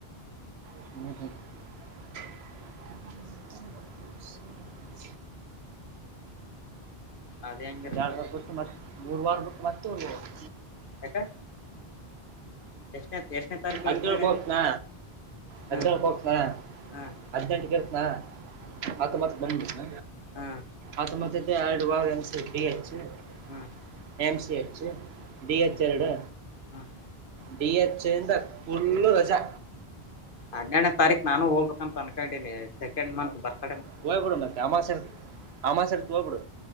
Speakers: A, on the right; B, on the left.
A: <unintelligible>
B: ಅದ ಹೆಂಗಿರುತ್ತ
A: ಒಂದ ಎರಡು ವಾರ ಬಿಟ್ಟು ಮತ್ತ ಮೂರ್ವಾರ ಬಿಟ್ಟು ಮತ್ತೆ ಹೊಡಿಬೇಕು.
B: ಯಾಕ ಎಷ್ಟನೇ ಎಷ್ಟನೇ ತಾರೀಕು ಹೋಗಿ
A: ಅದ್ನೇಳು
B: ಕೇಳಿ ನೀನು
A: ಕೊಟ್ನಾ ಹದ್ನೇಳ್ಕ
B: ಹ್ಮ್
A: ಹೋಗತನಾ
B: ಹ್ಮ್
A: ಹದ್ನೆಂಟ್ಕಿರತ್ನಾ ಹತ್ತೊಂಬತ್ತಕ ಬಂದಬುಡ್ತ್ನ.
B: ಹಾಂ
A: ಅತ್ತೊಂಬತ್ ಅಯ್ತ ಆಡ್ ವಾಗ <unintelligible>
B: ಹ್ಞ
A: A M C H D H ಎರಡು.
B: ಹ್ಮ್
A: ಡಿ ಹೆಚ್ ಇಂದ ಫುಲ್ಲು ರಜಾ.
B: ಹನ್ನೇಡ್ನೇ ತಾರೀಕು ನಾನು ಹೋಗ್ಬೇಕ ಅಂತ ಅನ್ಕೊಂಡಿನಿ ಸೆಕೆಂಡ್ ಮಂತ್ ಬರ್ತ
A: ಹೋಗ್ಬಿಡು ಮತ್ತೆ ಅಮಾಸಿರ್ತ್ ಅಮಾಸಿರತ್ತ ಹೋಗ್ಬಿಡು